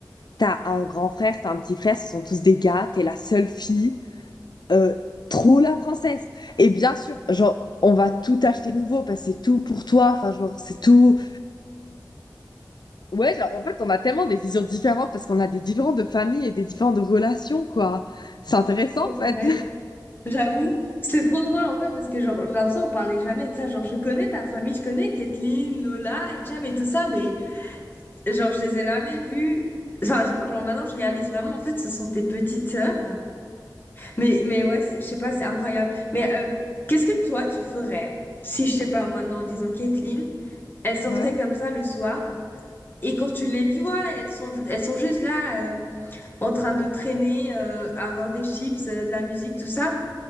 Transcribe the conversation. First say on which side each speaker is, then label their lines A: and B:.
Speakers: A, on the left; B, on the left.
A: T'as un grand frère, t'as un petit frère, ce sont tous des gars, t'es la seule fille. Euh, trop la princesse. Et bien sûr, genre, on va tout acheter nouveau parce que c'est tout pour toi. Enfin, genre, c'est tout. Ouais, genre, en fait, on a tellement des visions différentes parce qu'on a des différentes de familles et des différentes de relations, quoi. C'est intéressant, en fait.
B: Ouais.
A: <laughs>
B: J'avoue, c'est trop drôle en fait parce que genre j'ai l'impression qu'on parlait jamais de ça. Genre je connais ta famille, je connais Kathleen, Lola, Etienne et tout ça, mais genre je les ai jamais vus. Enfin, genre, genre, maintenant je réalise vraiment en fait ce sont tes petites sœurs. Mais mais ouais, c'est- je sais pas, c'est incroyable. Mais euh, qu'est-ce que toi tu ferais si je sais pas moi non, disons Kathleen, elle sortait
A: Ouais.
B: comme ça le soir et quand tu les vois, elles sont elles sont juste là euh, en train de traîner, euh, avoir des chips, euh, de la musique, tout ça.